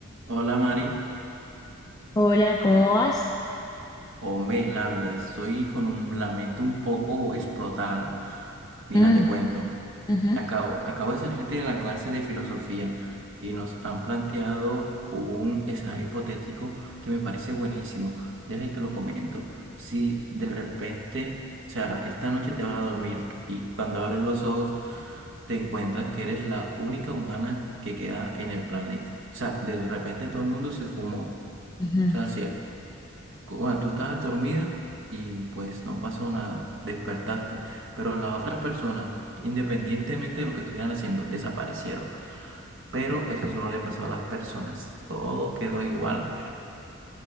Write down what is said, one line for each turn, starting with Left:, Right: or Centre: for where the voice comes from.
Right: Hola Mari,
Left: Hola, ¿cómo vas?
Right: hombre, la verdad estoy con un, la mente un poco explotada. Mira,
Left: Mm,
Right: te cuento.
Left: ujú,
Right: Acabo, acabo de salir de la clase de filosofía y nos han planteado un escenario hipotético que me parece buenísimo. Déjame te lo comento. Si de repente, o sea, esta noche te vas a dormir y cuando abres los ojos te encuentras que eres la única humana que queda en el planeta. O sea, de repente todo el mundo se fumó.
Left: ujú,
Right: O sea, si cu- Bueno, tú estabas dormida y pues no pasó nada, despertaste, pero las otras personas, independientemente de lo que estuvieran haciendo, desaparecieron. Pero eso solo le pasó a las personas, todo quedó igual.